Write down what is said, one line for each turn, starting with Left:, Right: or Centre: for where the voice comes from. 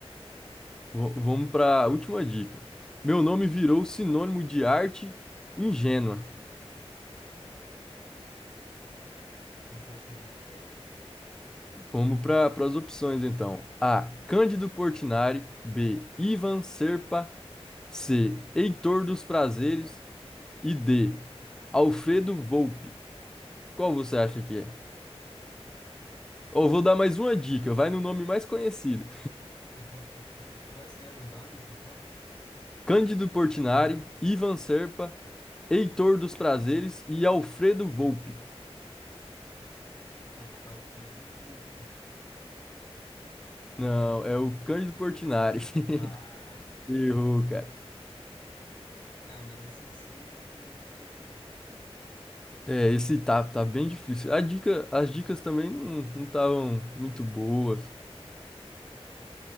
Centre: V- vamos para a última dica. Meu nome virou sinônimo de arte ingênua.
Left: Não faço a menor ideia.
Centre: Vamos para as opções então. A. Cândido Portinari. B. Ivan Serpa. C. Heitor dos Prazeres. E D. Alfredo Volpi. Qual você acha que é? Ou vou dar mais uma dica, vai no nome mais conhecido.
Left: <laughs> Quais que eram os nomes, então?
Centre: Cândido Portinari, Ivan Serpa, Heitor dos Prazeres e Alfredo Volpi.
Left: Ah, Alfredo Volpi.
Centre: Não, é o Cândido Portinari. <laughs>
Left: Ah,
Centre: Errou, cara.
Left: ah, mas esse, esse aí não tinha nem como.
Centre: É, esse tá, tá bem difícil. A dica, as dicas também não não estavam muito boas.